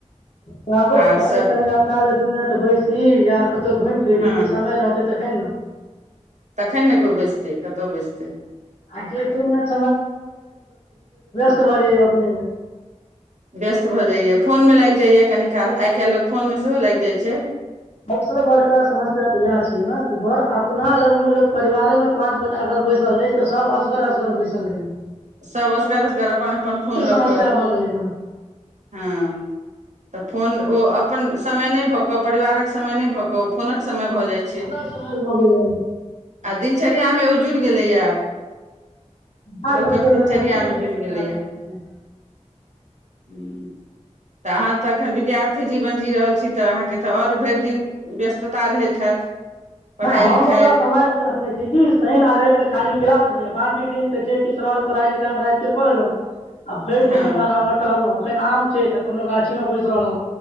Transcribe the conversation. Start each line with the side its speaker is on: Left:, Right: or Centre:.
Left: कहबो
Right: आर
Left: कर
Right: सभ
Left: जे कनि अपना लए दू मिनट बैसी या कतहु घुमि फिर
Right: हँ
Left: ली तऽ समय रहतै तखन ने।
Right: तखन ने कोओ बेचतै कतहु बेचतै।
Left: आ जे दू मिनट ब अपने।
Right: व्यस्त भऽ जाइए फोनमे लागि जाइए कनी काल आइ काल्हि लोक फोनमे सेहो लागि जाइत छै।
Left: सभसँ बड़का समस्या तऽ इएह छियै ने कि घर अपना लगमे लोक परिवारेमे पाँच गोटा अगर बैसल अछि तऽ सभ असगर असगर बैसल रहै अछि।
Right: सब असगार असगार अपन अपन फोन लऽ
Left: समस्या
Right: कऽ
Left: भऽ गेलै हन
Right: हँ तऽ फोन ओ अपन समय नहि भऽ कऽ परिवारक समय नहि भऽ कऽ ओ फोनक समय भऽ जाइ छै
Left: कोरोनाके समय भऽ गेलै हन
Right: आ दिनचर्यामे जुड़ि गेलैए आब।
Left: हँ
Right: लोकक
Left: सब।
Right: दिनचर्यामे
Left: बड़ा भी छै त समस्या
Right: जुड़ि गेलैए
Left: हो छै।
Right: ह तऽ अहाँ तऽ एखन विद्यार्थी जीवन जी रहल छी। तऽ अहाँके तऽ आओर भरि दिन व्यस्तता रहैत हैत। पढ़ाइ
Left: हम
Right: लिखाइ
Left: ओकरा सम्हारििकऽ रखने छी कि शहिन अरबके खाली क्लास रहहिै बाँकी दिन तऽ जे किछु रहल पढ़ाइ लिखाइ हम राततििके कऽ लेलहुँ। आब भरि
Right: हँ
Left: दने मर आम मटो हलहु। अखन आम छै त कोनो गाछी मे बैस रहलहुं